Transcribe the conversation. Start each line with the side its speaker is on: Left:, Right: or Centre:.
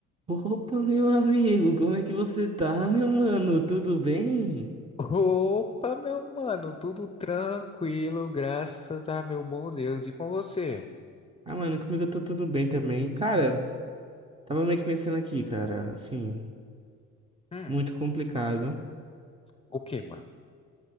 Right: Opa, meu amigo, como é que você tá, meu mano? Tudo bem?
Left: Opa, meu mano, tudo tranquilo, graças a meu bom Deus. E com você?
Right: Ah, mano, comigo eu tô tudo bem também. Cara, tava meio que pensando aqui, cara, assim,
Left: Hum,
Right: muito complicado.
Left: o que, mano?